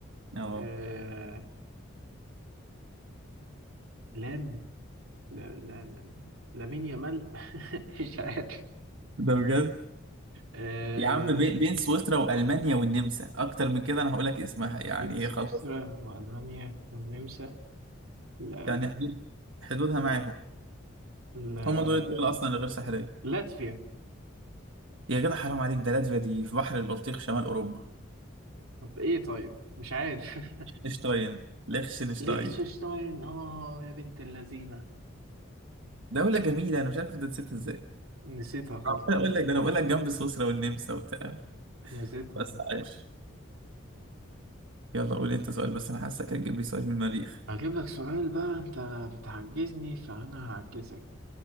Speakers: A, on the right (about 70°); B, on the right (about 85°).
A: اه
B: آه... لام لا لا لا لامين يامال <laughs> مش عارف <laughs>
A: ده بجد
B: آه،
A: يا عم بي- بين سويسرا والمانيا والنمسا اكتر من كده انا هقول لك اسمها يعني
B: بين
A: ايه
B: سويسرا
A: خلاص
B: وألمانيا والنمسا لا
A: يعني
B: لا
A: حدود حدودها معاهم
B: لا
A: هم دول الدول اصلا الغير ساحليه
B: لاتفيا
A: يا جدع حرام عليك ده لاتفيا دي في بحر البلطيق شمال اوروبا
B: طب ايه طيب مش عارف <laughs>
A: اشتاين ليخشنشتاين
B: ليechtenstein اه يا بنت اللذينة
A: دوله جميله انا مش عارف ده نسيت ازاي
B: نسيتها غلط
A: عمال اقول لك ده انا بقول لك جنب سويسرا والنمسا وبتاع
B: نسيتها
A: بس
B: على فكرة.
A: عايش يلا قول انت سؤال بس انا حاسك هتجيب لي سؤال من المريخ
B: هجيب لك سؤال بقى انت بتعجزني فانا هعجزك